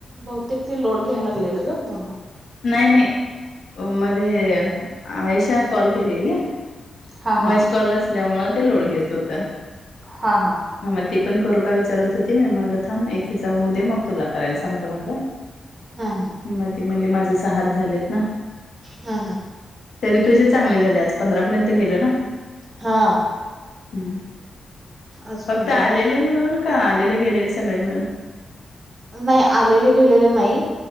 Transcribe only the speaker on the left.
नाही नाही मध्ये आयेशा कॉल केलेली
व्हॉइस कॉल असल्यामुळे ते लोड घेत होत
ह मग ती पण करू का विचारत होती मी म्हणलं थांब एके हीजा होऊ दे मग तुला करायला सांगतो म्हणलं
मग ते म्हणले माझेच हात झालेत ना
तरी तुझे चांगले झाले आज पंधरा पर्यंत गेल ना
हम्
फक्त आलेले मिळून का आलेले गेलेले सगळे मिळून?